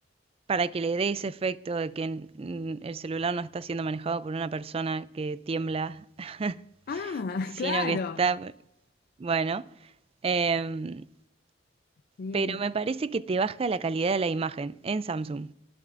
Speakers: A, on the right; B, on the left.
A: para que le dé ese efecto de que mm, el celular no está siendo manejado por una persona que tiembla, <laughs>
B: Ah,
A: sino
B: <laughs> claro.
A: que está, bueno. em,
B: Bien.
A: pero me parece que te baja la calidad de la imagen en Samsung.